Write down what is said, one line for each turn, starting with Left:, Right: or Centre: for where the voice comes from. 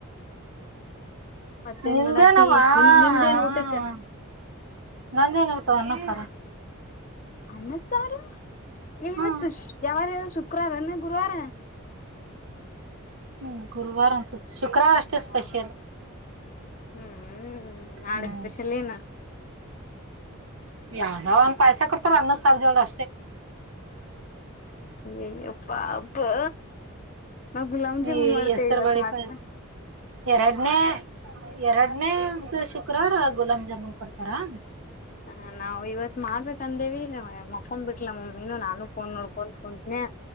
Left: ಮತ್ತೇನ್
Right: ನಿಂತೇ
Left: ಮಾಡತಿ
Right: ನವಾ
Left: ನಿಮ್ ನಿಮ್ದೇನ್
Right: ಹ್ಮ
Left: ಊಟಕ್ಕ
Right: ನಂದೇ ನಡ್ತ ಅನ್ನ ಸರ.
Left: ಅಣ್ಣ ಸಾರ ಏ
Right: ಹ್ಮ್
Left: ಇವತ್ತು ಯಾವಾರ ಹೇಳ ಶುಕ್ರವಾರಂದ ಗುರುವಾರ.
Right: ಹ್ಮ ಗುರುವಾರ ಅಸ ಶುಕ್ರವಾರ ಅಷ್ಟೇ ಸ್ಪೆಷಲ್
Left: ಹ್ಮ್ ನಾಳ
Right: ಹ್ಮ್
Left: ಸ್ಪೆಷಲ್ ಏನ
Right: ಯಾವ್ದ ಒನ್ ಪಾಯಸ ಕೊಡ್ತಾರ ಅನ್ನದ್ ಸಾರ್ಜೋದ ಅಷ್ಟೇ.
Left: ಇಯಾಪ್ಪಾ. ನಾ ಗುಲಮ್ಜಿ
Right: ಈ
Left: ಮುನ್ ಮಾಡ್ತೆೇವೆ
Right: ಹೆಸರು
Left: ಇವತ್ತು
Right: ಬಳಿ
Left: ಮಾಡ್ತ
Right: ಪಾಯಸ ಎರಡನೇ ಎರಡನೇ ಶುಕ್ರವಾರ ಗುಲಾಬ್ ಜಾಮೂನ್ ಕೊಡ್ತಾರಾ?
Left: ಹ ನಾವು ಇವತ್ ಮಾಡ್ಬೇಕೇು ಅಂದೇವಿ ಮ ಹಕೊಂಡ್ಬ ಬಿಟ್ಟಲ ಮಮ್ಮಿನನು ನಾನು ಫೋನ್ ನೋಡ್ಕೊತ್ಕೊಂಡಂತನನೆ